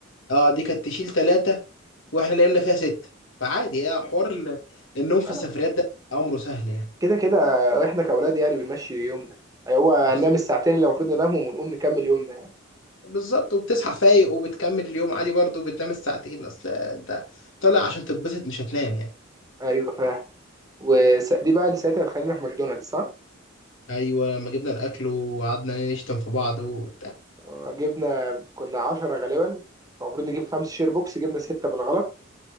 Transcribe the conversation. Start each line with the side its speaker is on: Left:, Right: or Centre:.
Left: اه دي كانت تشيل ثلاثة واحنا نمنا فيها ستة فعادي يعني حوار ال- النوم في
Right: فلا
Left: السفريات ده أمره سهل يعني
Right: كده كده احنا كاولاد يعني بنمشي يومنا هو هننام
Left: بز-
Right: الساعتين اللي المفروض ننامهم ونقوم نكمل يومنا
Left: بالظبط وبتصحى فايق وبتكمل اليوم عادي برضو بتنام الساعتين اصل انت طالع عشان تتبسط مش هتنام يعني
Right: ايوه فاهم ودي بقى اللي ساعتها خلينا في ماكدونالدز صح؟
Left: ايوه لما جبنا الاكل وقعدنا نشتم في بعض و...
Right: آه، جبنا كنا عشرة غالبا فالمفروض نجيب خمس شير بوكس جبنا ستة بالغلط